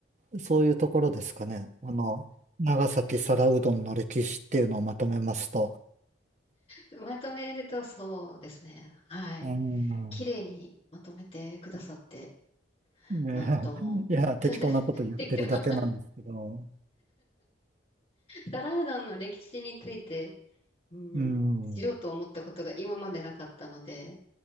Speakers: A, on the right; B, on the left.
A: そういうところですかね。あの、長崎皿うどんの歴史っていうのをまとめますと。
B: まとめるとそうですね。はい。
A: うん。
B: 綺麗にまとめてくださって、
A: ね、
B: なんとも。
A: <laughs> いや、
B: <laughs>
A: 適当なこと言ってるだけなんですけど。
B: 適当。<laughs> 皿うどんの歴史について、うん、
A: うん。
B: 知ろうと思ったことが今までなかったので、